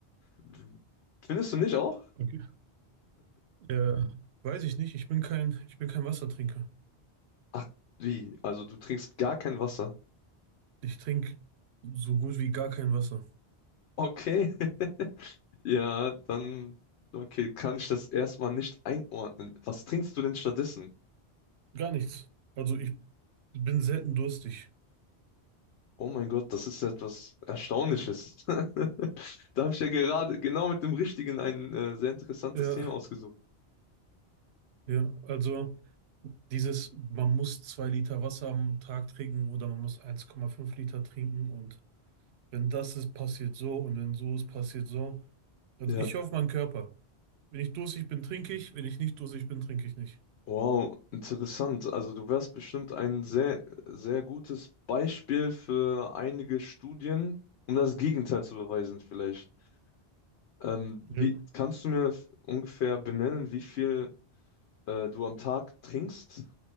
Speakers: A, on the left; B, on the right.
A: W- Findest du nicht auch?
B: Okay. Ja, weiß ich nicht. Ich bin kein, ich bin kein Wassertrinker.
A: Ach, wie? Also du trinkst gar kein Wasser?
B: Ich trinke so gut wie gar kein Wasser.
A: Okay. <laughs> Ja, dann... Okay, kann ich das erstmal nicht einordnen. Was trinkst du denn stattdessen?
B: Gar nichts. Also ich bin selten durstig.
A: Oh mein Gott, das ist etwas Erstaunliches. <laughs> Da habe ich ja gerade genau mit dem Richtigen ein äh, sehr interessantes
B: Ja,
A: Thema ausgesucht.
B: ja. Also dieses, man muss zwei Liter Wasser am Tag trinken oder man muss 1,5 Liter trinken und wenn das ist, passiert so und wenn so ist, passiert so. Also
A: Ja,
B: ich höre auf meinen Körper. Wenn ich durstig bin, trinke ich. Wenn ich nicht durstig bin, trinke ich nicht.
A: wow, interessant. Also du wärst bestimmt ein sehr, sehr gutes Beispiel für einige Studien, um das Gegenteil zu beweisen vielleicht. Ähm,
B: Ja.
A: wie, kannst du mir f- ungefähr benennen, wie viel äh, du am Tag trinkst?